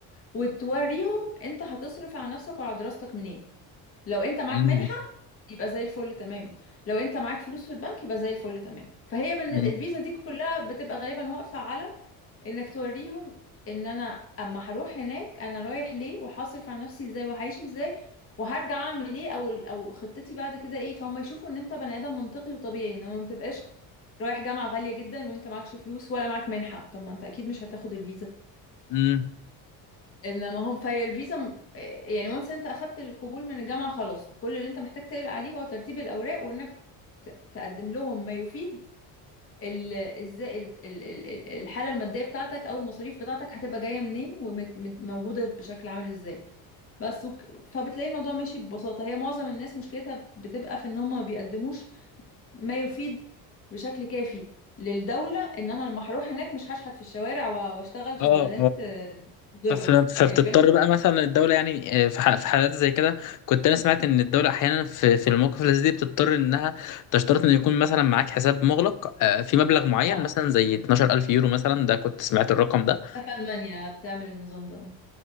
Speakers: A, on the left; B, on the left.
A: وتوريهم انت هتصرف على نفسك وعلى دراستك منين لو انت معاك
B: مم.
A: منحة يبقى زي الفل تمام لو انت معاك فلوس في البنك يبقى زي الفل تمام فهي بالن-
B: مم.
A: الفيزا دي كلها بتبقى غالبا واقفة على انك توريهم ان انا اما هروح هناك انا رايح ليه وهصرف على نفسي ازاي وهعيش ازاي وهرجع اعمل ايه او او خطتي بعد كده ايه فهم يشوفوا ان انت بني ادم منطقي وطبيعي انما ما تبقاش رايح جامعة غالية جدا وانت معكش فلوس ولا معاك منحة طب ما انت اكيد مش هتاخد الفيزا
B: مم.
A: انما هم في الفيزا م- آه، يعني وانس انت اخدت القبول من الجامعة خلاص كل اللي انت محتاج تقلق عليه هو ترتيب الاوراق وانك ت- تقدم لهم ما يفيد ال- ازاي ال- ال- ال- ال- الحاله الماديه بتاعتك او المصاريف بتاعتك هتبقى جايه منين وموجوده بشكل عامل ازاي بس وك... فبتلاقي الموضوع ماشي ببساطه هي معظم الناس مشكلتها بتبقى في ان هم ما بيقدموش ما يفيد بشكل كافي للدوله ان انا لما هروح هناك مش هشحت في الشوارع و- واشتغل شغلانات
B: أه
A: مضره
B: فف- فبتضطر
A: يعني فاهم
B: بقى مثلا الدولة يعني آه، في ح- في حالات زي كده كنت أنا سمعت إن الدولة أحيانا في في المواقف اللي زي دي بتضطر إنها تشترط إن يكون مثلا معاك حساب مغلق آه، في مبلغ معين
A: اه
B: مثلا زي 12000 يورو مثلا ده كنت سمعت الرقم ده
A: في المانيا بتعمل النظام ده